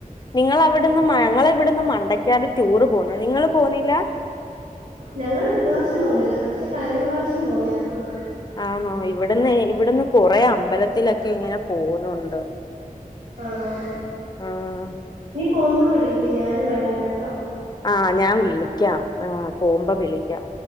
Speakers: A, on the left; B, on the right.
A: നിങ്ങളവിടുന്ന് മ ഞങ്ങളെവിടെന്ന് മണ്ടയ്ക്കാട് ടൂറ് പോകുന്നു. നിങ്ങള് പോകുന്നില്ല?
B: ഞങ്ങളിപ്രാവശ്യം പോകുന്നില്ല പക്ഷെ കഴിഞ്ഞ പ്രാശ്യം പോയായിരുന്നു.
A: ആണോ? ഇവിടന്നെ ഇവിടന്ന് കൊറേ അമ്പലത്തിലൊക്കെ ഇങ്ങനെ പോവുന്നുണ്ട്.
B: ആണോ?
A: ആഹ്
B: നീ പോകുമ്പോ വിളിക്ക് ഞാനും വരാം കെട്ടോ.
A: ആഹ് ഞാൻ വിളിക്കാം. ആഹ് പോകുമ്പോ വിളിക്കാം.